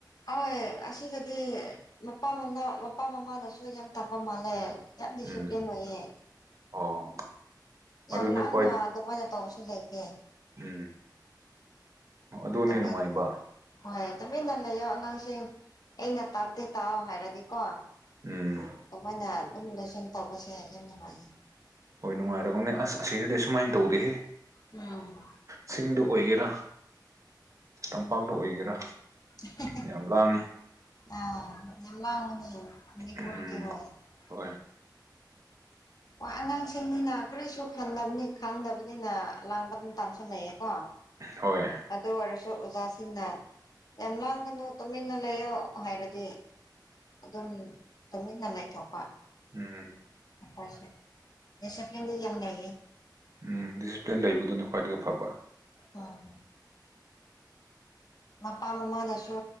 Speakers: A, on the left (about 55°); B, on the right (about 45°).
A: ꯑꯣꯏ ꯑꯁꯤꯗꯗꯤ ꯃꯄꯥ ꯃꯃꯥ ꯃꯄꯥ ꯃꯃꯥꯅꯁꯨ ꯌꯥꯝ ꯇꯥꯛꯄ ꯃꯥꯜꯂꯦ ꯌꯥꯝ ꯗꯤꯁꯤꯄ꯭ꯂꯤꯟ
B: ꯎꯝ
A: ꯑꯣꯏꯌꯦ
B: ꯑꯣ
A: ꯌꯥꯝ
B: ꯑꯗꯨꯅꯦ
A: ꯂꯥꯡꯅ
B: ꯈ꯭ꯋꯥꯏ
A: ꯑꯗꯨꯃꯥꯏꯅ ꯇꯧꯕꯁꯨ ꯂꯩꯇꯦ
B: ꯎꯝ ꯑꯗꯨꯅꯦ
A: <unintelligible>
B: ꯅꯨꯡꯉꯥꯏꯕ
A: ꯍꯣꯏ ꯇꯨꯃꯤꯟꯅ ꯂꯩꯌꯣ ꯑꯉꯥꯡꯁꯤꯡ ꯑꯩꯅ ꯇꯥꯛꯞꯗꯤ ꯇꯥꯎ ꯍꯥꯏꯔꯗꯤꯀꯣ
B: ꯎꯝ
A: ꯑꯃꯅ ꯑꯗꯨꯝ <unintelligible> ꯇꯧꯕꯁꯦ ꯌꯥꯝ ꯅꯨꯡꯉꯥꯏꯌꯦ
B: ꯍꯣꯏ ꯅꯨꯡꯉꯥꯏꯔꯒꯨꯝꯅꯦ ꯑꯁ ꯑꯁꯤꯗꯗꯤ ꯑꯨꯃꯥꯏꯅ ꯇꯧꯗꯦꯍꯦ
A: ꯎꯝ
B: ꯆꯤꯡꯗ ꯑꯣꯏꯒꯦꯔꯥ ꯇꯝꯄꯥꯛꯗ ꯑꯣꯏꯒꯦꯔꯥ
A: ꯑꯍꯥ
B: ꯌꯥꯝ ꯂꯥꯡꯉꯤ
A: ꯍꯥ ꯑꯥ ꯌꯝ ꯋꯥꯕꯅꯦ
B: ꯎꯝ
A: ꯃꯅꯤꯄꯨꯔꯗꯣ
B: ꯍꯣꯏ
A: ꯋꯥꯅꯥ ꯁꯦꯝꯕꯅꯤꯅꯥ ꯀꯔꯤꯁꯨ ꯈꯟꯗꯝ ꯈꯪꯗꯕꯅꯤꯅꯥ <unintelligible> ꯂꯩꯌꯦꯀꯣ
B: ꯍꯣꯏ
A: ꯑꯗꯨ ꯑꯣꯏꯔꯁꯨ ꯑꯣꯖꯥꯁꯤꯡꯅ ꯌꯥꯝ ꯂꯥꯡꯒꯅꯨ ꯇꯨꯃꯤꯟꯅ ꯂꯩꯌꯣ ꯍꯥꯏꯔꯗꯤ ꯑꯗꯨꯝ ꯇꯨꯃꯤꯟꯅ ꯂꯩꯊꯣꯛꯄ
B: ꯎꯝ
A: ꯃꯣꯏꯁꯦ ꯗꯤꯁꯤꯄ꯭ꯂꯤꯟꯗꯤ ꯌꯝ ꯂꯩꯌꯦ
B: ꯎꯝ ꯗꯤꯁꯤꯄ꯭ꯂꯤꯟ ꯂꯩꯕꯗꯨꯅꯤ ꯈ꯭ꯋꯥꯏꯗꯒꯤ ꯐꯕ
A: ꯑꯣ ꯃꯄꯥ ꯃꯃꯥꯅꯁꯨ